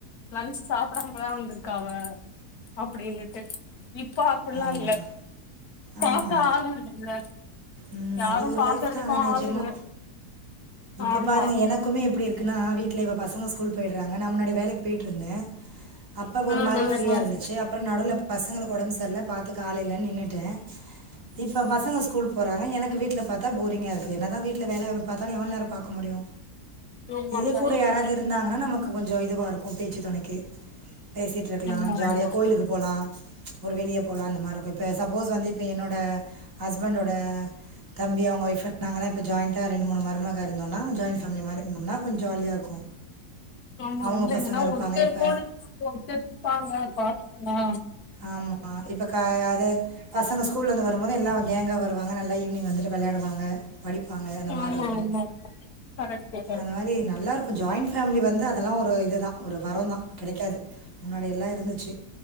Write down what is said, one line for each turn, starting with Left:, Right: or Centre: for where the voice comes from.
Left: லன்ச்சு சாப்படாமதா வந்திருக்கா அவ. அப்பிடீனுட்டு இப்ப அப்டிலா
Right: ஆமா.
Left: இல்ல
Right: ஆமா
Left: பாக்க ஆள் இல்லல்ல
Right: ம்
Left: யாரு
Right: அது ஒரு
Left: பாக்கறதுக்கு
Right: லைஃப்தா ஆனா நெஜமா.
Left: ஆள் இல்ல
Right: இப்ப
Left: ஆமா
Right: பாருங்க என க்குமே எப்டி இருக்குன்னா வீட்ல ப்ப பசங்க ஸ்கூல் போயிட்றாங்க நா முன்னாடி வேலைக் பேய்ட்டிருந்தே. அப்ப ஒரு
Left: ம்
Right: மாரி
Left: ம்
Right: ஃப்ரீயா
Left: ம்
Right: இருந்துச்சு அப்புறோ நடுவுல பசங்களுக்கு ஒடம் செர்ல பாத்துக்க ஆளில்லன் நின்னுட்டே. இப்ப பசங்க ஸ்கூல் போறாங்க எனக் கு வீட்ல பாத்தா போரிங்கா இருக்கு என்னதா வீட்ல வேலையவ் பாத்தாலு எவள் நேரோ பாக்க முடியு.
Left: ஆமா
Right: இதே
Left: கரெக்ட்
Right: கூட யாராவது இருந்தாங்கனா நமக்கு கு கொஞ்சோ இதுவா இருக்கு பேச்சு தொணைக்கு பேசிட்டிருக்கலா
Left: ஆமா ஆமா
Right: ஜாலியா கோயிலுக்கு போலா ஒரு வெளிய போலா அந்த மார்ருக்கு இப்ப சப்போஸ் வந்து இப் இப்ப என்னோட ஹஸ்பண்டோட தம்பி அவங்க ஒஃப் இருந்தாங்கனா இப்போ ஜாய்ண்டா ரெண்டு மூணு மருமக இருந்தோனா ஜாயின்ட் ஃபேமிலி மாரி இருந்தோனா கொஞ்ச ஜாலியா இருக்கு
Left: ஆமா
Right: அவங்க
Left: இல்லைங்கன்னா
Right: பசங்க இருப்பாங்க
Left: ஒருத்தர்
Right: இப்ப
Left: போடு ஒருத்தர்பாங்க பாத்துக்லா
Right: ஆமா இப்ப கா அது பசங்க ஸ்கூல இருந்து வரும்போது எல்லா ஒரு கேங்கா வருவாங்க நல்ல ஈவினிங் வந்துட்டு விளாடுவாங்க படிப்பாங்க அந்த மாரி
Left: ஆமா
Right: இருக்கு
Left: ஆமா கரெக்ட் கரெக்ட்
Right: அந்த மாரி நல்லாருக் கு ஜாயிண் ஃபேமிலி வந்து அதெல்லா ஒரு இதுதா ஒரு வரோந்தா கெடைக்காது முன்னாடியெல்லா இருந்துச்சி